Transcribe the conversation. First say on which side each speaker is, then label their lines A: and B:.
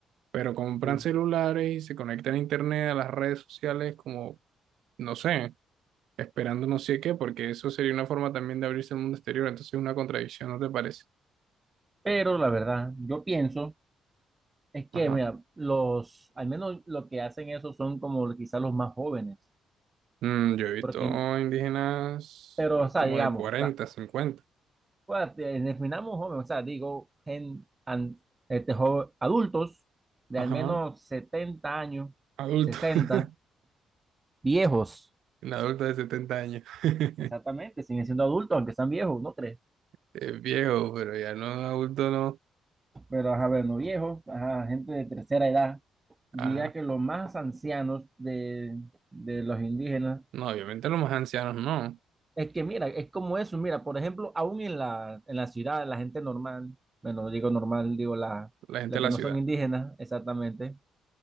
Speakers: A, on the right (about 80°); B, on the right (about 20°).
A: Pero compran
B: Sí.
A: celulares y se conectan a internet, a las redes sociales, como, no sé, esperando no sé qué, porque eso sería una forma también de abrirse al mundo exterior, entonces es una contradicción, ¿no te parece?
B: Pero la verdad, yo pienso Es
A: Ajá.
B: que, mira, los, al menos lo que hacen eso son como quizás los más jóvenes,
A: Mm, yo he visto
B: porque,
A: indígenas
B: pero,
A: eh,
B: o sea,
A: como
B: digamos,
A: de cuarenta
B: o sea,
A: cincuenta.
B: pues, eh, definamos jóvenes, o sea, digo, gen- an- este, jo- adultos de
A: ajá,
B: al menos 70 años,
A: adultos,
B: sesenta
A: <laughs>
B: viejos,
A: un adulto de setenta años, <laughs>
B: exactamente, siguen siendo adultos, aunque sean viejos, ¿no crees?
A: es viejo, pero ya no, adulto no,
B: Pero, ajá, bueno, no viejos, ajá, gente de tercera edad, diría
A: ajá,
B: que los más ancianos de, de los indígenas
A: no, obviamente los más ancianos no,
B: Es que mira, es como eso, mira, por ejemplo, aún en la, en la ciudad, la gente normal, bueno, digo normal, digo la,
A: la gente
B: la
A: de la
B: que no
A: ciudad,
B: son indígenas, exactamente,